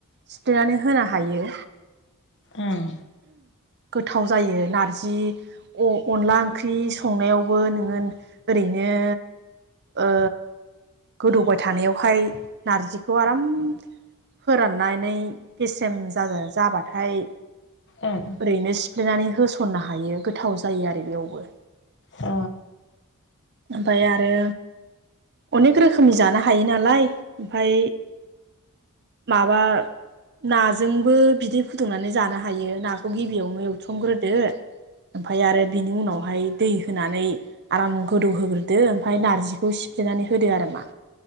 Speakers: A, on the right; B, on the left.
A: सिफ्लेनानै होनो हायो
B: उम
A: गोथाव जायो नारजि अ-अनला ओंख्रि संनायावबो नोङो ओरैनो यो ओ गोदौबाय थानायावहाय नारजिखौ आराम फोराननानै गेसेम जा-जा-जाबाथाय
B: ओं
A: ओरैनो सिफ्लेनानै होसननो हायो गोथाव जायो आरो बेयावबो।
B: अ
A: ओमफाय आरो अनेक रोखोमनि जानो हायो नालाय ओमफाय माबा नाजोंबो बिदै फुदुंनानै जानो हायो नाखौ गिबियावनो एवथुमग्रोदो ओमफाय आरो बिनि उनावहाय दै होनानै आराम गोदौहोग्रोदो ओमफाय नारजिखौ सिफ्लेनानै होदो आरो मा।